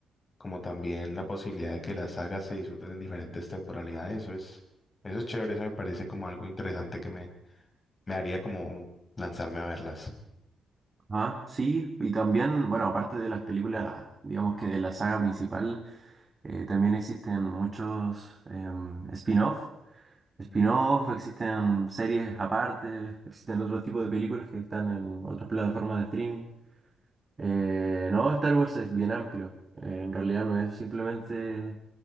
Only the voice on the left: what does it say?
como también la posibilidad de que las sagas se disfruten en diferentes temporalidades. Eso es, eso es chévere, eso me parece como algo interesante que me, me haría como lanzarme a verlas.
Mm.